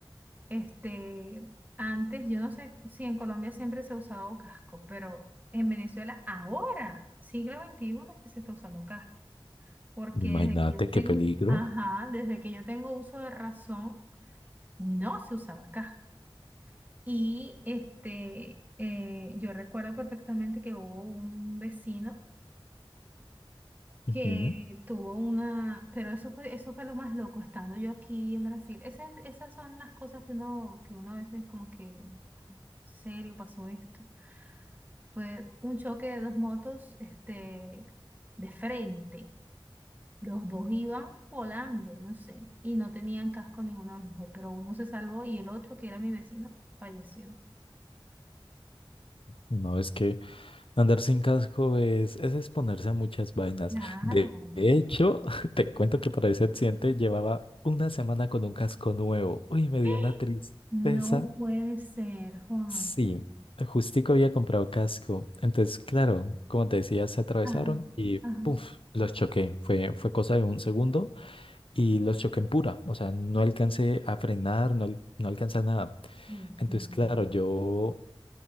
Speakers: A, on the right (about 20°); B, on the left (about 75°).
A: este, antes, yo no sé si en Colombia siempre se ha usado casco, pero en Venezuela ahora, siglo veintiuno es que se está usando casco. Porque
B: imagínate
A: desde que yo tengo,
B: qué peligro.
A: ajá, desde que yo tengo uso de razón, no se usaba casco. Y este, eh, yo recuerdo perfectamente que hubo un vecino que
B: Ujú.
A: tuvo una, pero eso fue, eso fue lo más loco, estando yo aquí en Brasil. Esas, esas son las cosas que uno, que uno a veces como que, serio, pasó esto. Fue un choque de dos motos, este, de frente. Los dos iban volando, no sé, y no tenían casco ninguno de los dos, pero uno se salvó y el otro, que era mi vecino, falleció.
B: No es que... Andar sin casco es, es exponerse a muchas vainas.
A: Claro.
B: De hecho, <laughs> te cuento que para ese accidente llevaba una semana con un casco nuevo. Uy, me
A: <gasps>
B: dio una tristeza.
A: No puede ser, Juan.
B: Sí, justico había comprado casco. Entonces, claro, como te decía, se atravesaron
A: Ajá,
B: y puff,
A: ajá.
B: los choqué. Fue, fue cosa de un segundo y los choqué en pura. O sea, no alcancé a frenar, no, al- no alcancé a nada.
A: Dios
B: Entonces,
A: mío.
B: claro, yo.